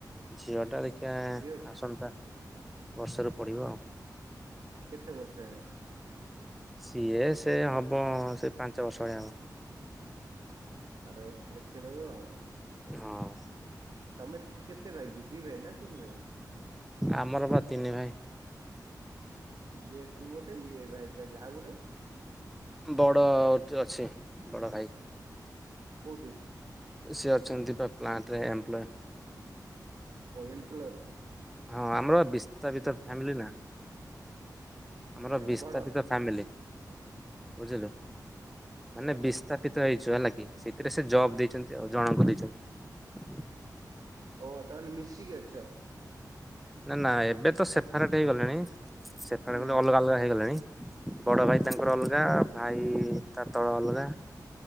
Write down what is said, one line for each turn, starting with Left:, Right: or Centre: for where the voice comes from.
Centre: ଝିଅ ଟା ଦେଖ ଆ
Right: ଝିଅ
Centre: ଆସନ୍ତା ବର୍ଷ ରୁ ପଡ଼ିବ ଆଉ।
Right: କେତେ ବର୍ଷ ହେଲାଣି?
Centre: ସିଏ ସେ ହବ ସେଇ ପାଞ୍ଚ ବର୍ଷ ଭଳିଆ ହବ।
Right: ଆର ବର୍ଷ କୁ ଲେଖିଦବ ଆଉ।
Centre: ହଁ।
Right: ତମେ କେତେ ଭାଇକ ଦି ଭାଇ ନା ତିନି ଭାଇ?
Centre: ଆମର ବା ତିନି ଭାଇ।
Right: ଇଏ ତୁ ଗୋଟେ ଇଏ ଭାଇ ଚାରି ଆଇ ଗୋଟେ?
Centre: ବଡ ଅଛି ବଡ ଭାଇ।
Right: କୋଉଠି ଅଛି?
Centre: ସେ ଅଛନ୍ତି ପା ପ୍ଲାଣ୍ଟ ରେ ଏମ୍ପଲୋଇ।
Right: ଓ ଏମ୍ପଲୋର।
Centre: ହଁ ଆମର ବିସ୍ତ ବିତ ଫ୍ୟାମିଲି ନା। ଆମର
Right: ମାନେ
Centre: ବିସ୍ଥାପିତ
Right: ବଡ
Centre: ଫ୍ୟାମିଲି। ବୁଝିଲୁ। ମାନେ
Right: ଓହୋ।
Centre: ବିସ୍ଥାପିତ ହେଇଛୁ ହେଲା କି। ସେଇଥିରେ ସେ ଜବ୍ ଦେଇଛନ୍ତି ଆଉ ଜଣଙ୍କୁ ଦେଇଛନ୍ତି।
Right: ଓ ତାହେଲେ ମିଶିକି ଅଛ।
Centre: ନା ନା ଏବେ ତ ସେପାରେଟ୍ ହେଇଗଲେଣି। ସେ ଫାଳେ
Right: ହୁଁ
Centre: ଅଲଗା ଅଲଗା ହେଇଗଲେଣି ବଡ ଭାଇ ତାଙ୍କର ଅଲଗା ଭାଇ ତା ତଳ ଅଲଗା